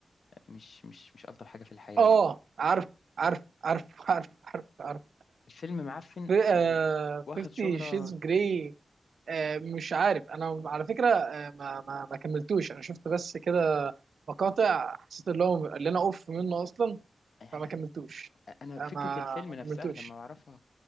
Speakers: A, on the left (about 65°); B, on the right (about 80°).
A: مش مش مش ألطف حاجة في الحياة
B: اه
A: يعني
B: عارف عارف عارف عارف عارف عارف
A: الفيلم معفن
B: آه
A: و- واخد
B: فيفتي
A: شهرة
B: شيز جراي آه مش عارف انا على فكره آه، ما ما ما كملتوش انا شفت بس كده مقاطع حسيت اللي هو اللي انا اوف منه اصلا
A: يعني
B: فما كملتوش
A: أنا أنا فكرة
B: آه، ما
A: الفيلم
B: ما
A: نفسها
B: كملتوش
A: لما بعرفها